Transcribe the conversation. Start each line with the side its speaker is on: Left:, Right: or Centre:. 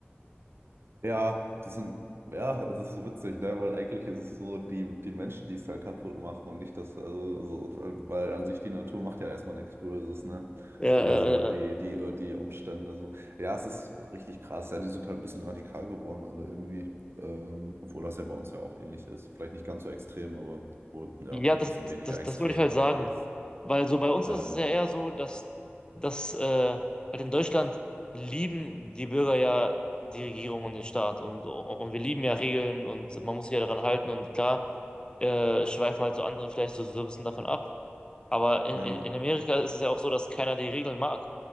Right: Ja, das sind, ja, es ist so witzig, ne? Weil eigentlich ist es so die, die Menschen, die es halt kaputt machen und nicht das, also, so, weil an sich die Natur macht ja erstmal nichts Böses, ne?
Left: Ja,
Right: Oder
Left: ja,
Right: so
Left: ja. Ja,
Right: die, die, äh, die Umstände, so. Ja, es ist richtig krass, ja, die sind halt ein bisschen radikal geworden, alle irgendwie. Ähm, obwohl das ja bei uns ja auch ähnlich ist. Vielleicht nicht ganz so extrem, aber wohl, ja,
Left: Ja,
Right: doch
Left: das,
Right: ein bisschen weniger
Left: das,
Right: extrem,
Left: das wollte ich halt
Right: aber
Left: sagen. Weil so bei uns
Right: äh,
Left: ist es ja eher so, dass, dass äh, halt in Deutschland lieben die Bürger ja die Regierung und den Staat und, und wir lieben ja Regeln und man muss sich ja daran halten und klar äh, schweifen halt so andere vielleicht so, so ein bisschen davon ab. Aber in,
Right: ja.
Left: in in Amerika ist es ja auch so, dass keiner die Regeln mag